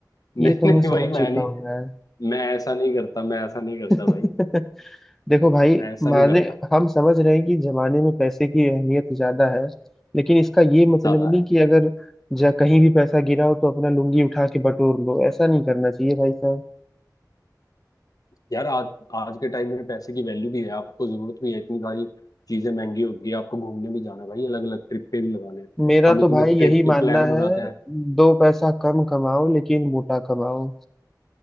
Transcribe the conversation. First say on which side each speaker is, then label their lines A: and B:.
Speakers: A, on the left; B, in the centre.
A: नहीं
B: ये तो
A: <laughs> नहीं
B: मैं समझ
A: भाई मैं
B: चुका
A: नहीं
B: हूँ यार
A: मैं ऐसा नहीं करता मैं ऐसा नहीं करता
B: <laughs>
A: भाई
B: देखो भाई
A: ऐसा
B: माने
A: नहीं करता
B: हम समझ रहे हैं कि जमाने में पैसे की अहमियत ज्यादा है लेकिन इसका ये मतलब
A: ज्यादा
B: नहीं
A: है
B: कि अगर जा कहीं भी पैसा गिरा हो तो अपना लुंगी उठा के बटोर लो ऐसा नहीं करना चाहिए भाई साहब
A: यार आज आज के टाइम में पैसे की वैल्यू भी है आपको जरूरत भी है इतनी सारी चीजें महंगी हो गई है, आपको घूमने भी जाना है भाई अलग अलग ट्रिप पे भी लगाने हैं
B: मेरा
A: हम इतने
B: तो भाई
A: ट्रिप
B: यही
A: के
B: मानना
A: प्लान
B: है
A: बनाते हैं
B: दो पैसा कम कमाओ लेकिन मोटा कमाओ